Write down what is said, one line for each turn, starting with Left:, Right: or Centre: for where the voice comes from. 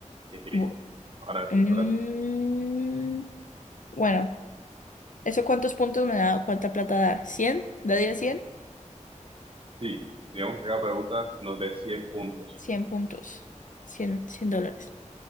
Right: <laughs>
Left: Bu-
Right: Ahora tú,
Left: mm,
Right: ahora tú.
Left: bueno, ¿eso cuántos puntos me da? ¿Cuánta plata da? ¿100? ¿Daría 100 daría cien?
Right: Sí, digamos que cada pregunta nos dé 100 puntos,
Left: cien puntos. cien cien dólares.